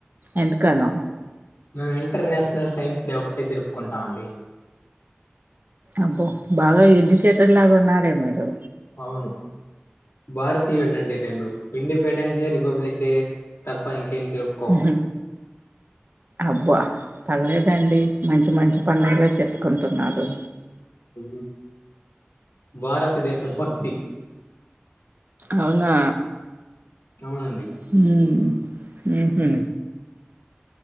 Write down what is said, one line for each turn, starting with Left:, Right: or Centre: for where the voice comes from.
Right: ఎందుకనో
Left: మేము ఇంటర్నేషనల్ సైన్స్ డే ఒకటే జరుపుకుంటాం అండి
Right: అబ్బో బాగా ఎడ్యుకేటెడ్ లాగా ఉన్నారే మీరు
Left: అవును భారతీయుడిని అండి నేను ఇండిపెండెన్స్ డే రిపబ్లిక్ డే తప్ప ఇం ఏం జరుపుకొము
Right: ఉహు. అబ్బా పర్లేదండి మంచి మంచి పండుగలే చేసుకుంటున్నారు.
Left: ఊ... భారతదేశ భక్.. టి.
Right: అవునా.
Left: అవునండి
Right: హ్మ్. ఊహూ.